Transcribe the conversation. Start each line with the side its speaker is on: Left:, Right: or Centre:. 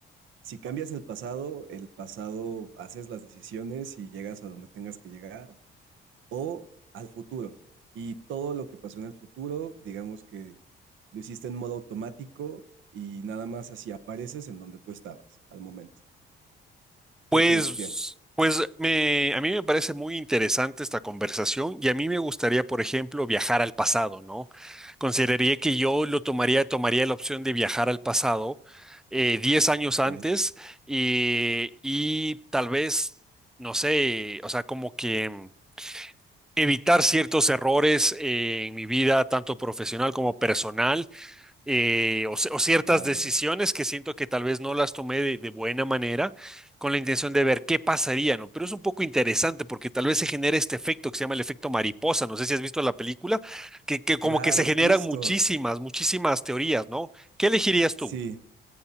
Right: Si cambias el pasado, el pasado haces las decisiones y llegas a donde tengas que llegar o al futuro. Y todo lo que pasó en el futuro, digamos que lo hiciste en modo automático y nada más así apareces en donde tú estabas al momento.
Centre: pues,
Right: ¿Qué prefieres?
Centre: pues me, a mí me parece muy interesante esta conversación y a mí me gustaría, por ejemplo, viajar al pasado, ¿no? Consideraría que yo lo tomaría, tomaría la opción de viajar al pasado eh, 10 años
Right: Ok,
Centre: antes eh, y tal vez, no sé, o sea, como que mm, evitar ciertos errores eh, en mi vida, tanto profesional como personal eh, o, o ciertas
Right: claro,
Centre: decisiones
Right: hermano.
Centre: que siento que tal vez no las tomé de, de buena manera con la intención de ver qué pasaría, ¿no? Pero es un poco interesante porque tal vez se genera este efecto que se llama el efecto mariposa, no sé si has visto la película, que, que como
Right: Claro,
Centre: que se generan
Right: justo.
Centre: muchísimas, muchísimas teorías, ¿no? ¿Qué elegirías tú?
Right: Sí,